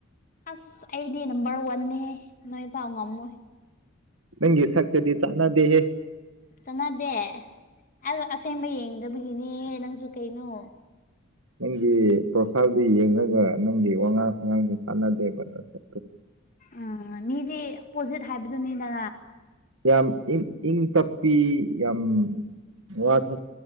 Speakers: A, on the left; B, on the right.
A: ꯑꯁ ꯑꯩꯗꯤ ꯅꯝꯕꯔ ꯋꯥꯟꯅꯦ ꯅꯣꯏ ꯄꯥꯎ ꯉꯝꯃꯣꯏ
B: ꯅꯪꯒꯤ ꯁꯛꯛꯇꯗꯤ ꯆꯥꯅꯥ ꯗꯦꯍꯦ
A: ꯆꯥꯟꯅꯗꯦ ꯑ ꯑꯁꯦꯡꯕ ꯌꯦꯡꯗꯕꯒꯤꯅꯦ ꯅꯪꯁꯨ ꯀꯩꯅꯣ
B: ꯅꯪꯒꯤ ꯄ꯭ꯔꯣꯐꯥꯏꯜꯗꯨ ꯌꯦꯡꯂꯡꯉꯒ ꯅꯪꯒꯤ ꯋꯥꯉꯥꯡ ꯁꯉꯥꯡꯁ ꯀꯥꯟꯅꯗꯦꯕ ꯅꯠꯇ
A: ꯎꯝ ꯃꯤꯗꯤ ꯄꯣꯖꯤꯠ ꯍꯥꯏꯕꯗꯨꯅꯤꯗ
B: ꯌꯥꯝ ꯏꯪ ꯏꯪ ꯇꯞꯄꯤ ꯌꯥꯝ ꯋꯥꯊ